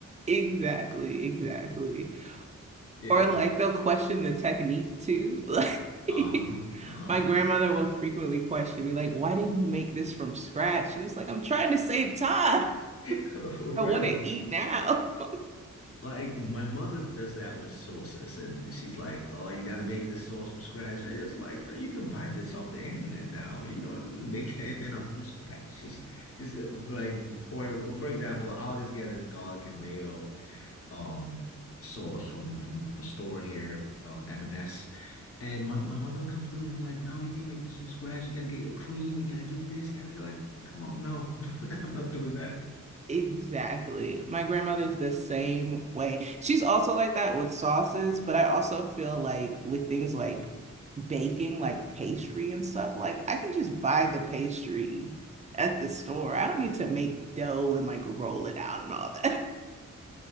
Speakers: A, on the right (about 25°); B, on the left (about 45°).
A: Exactly, exactly.
B: Yeah.
A: Or like they'll question the technique too. <laughs>
B: Uh-huh.
A: Like
B: Uh-huh.
A: my grandmother will frequently question me, like, why didn't you make this from scratch? And it's like, I'm trying to save time.
B: <laughs> For real.
A: I want to eat now. <laughs>
B: Like my mother does that with sauces, and she's like, "Oh, you got to make this sauce from scratch." I just like, uh, you can buy this off the internet now. You don't make <laughs> anything up from scratch. Just, just uh, like for for example, I'll just get a garlic and mayo. um sauce from from from a store here, um M&S. And S. And my, my mother would come through and be like, "No, you can make this from scratch. You gotta get your cream. You gotta get this. Gotta get like, come on, no, <laughs> I'm not doing that."
A: Exactly. My grandmother's the same way. She's also like that with sauces, but I also feel like with things like baking, like pastry and stuff, like I can just buy the pastry at the store. I don't need to
B: hmm
A: make dough and like roll it out and all that.